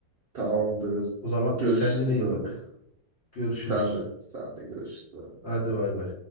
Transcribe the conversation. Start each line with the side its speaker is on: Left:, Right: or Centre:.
Right: Tamamdır.
Left: O zaman
Right: Görüşürüz
Left: kendine iyi
Right: abi.
Left: bak. Görüşürüz.
Right: Sen de. Sen de görüşürüz abi.
Left: Hadi
Right: Bay
Left: bay
Right: bay.
Left: bay.